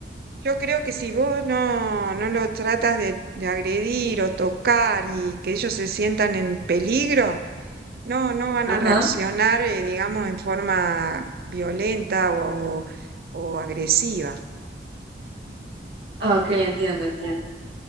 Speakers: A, on the right (about 55°); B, on the right (about 75°).
A: Yo creo que si vos no, no lo tratas de, de agredir o tocar y que ellos se sientan en peligro, No, no van
B: Ajá.
A: a reaccionar, eh, digamos, en forma violenta o, o agresiva.
B: Ah, ok, entiendo, entiendo.